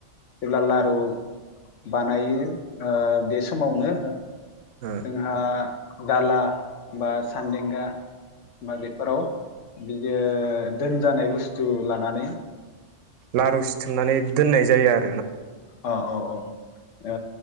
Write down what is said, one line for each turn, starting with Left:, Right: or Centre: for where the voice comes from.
Left: जेब्ला लारु बानायो बे समावनो
Right: ओ
Left: जोंहा दाला बा सान्दें दा बा बेफोराव बियो दोन जानाय बुस्थु बुस्थु लानानै
Right: लारु सिथुमनानै दोननाय जायो आरो
Left: अ औ औ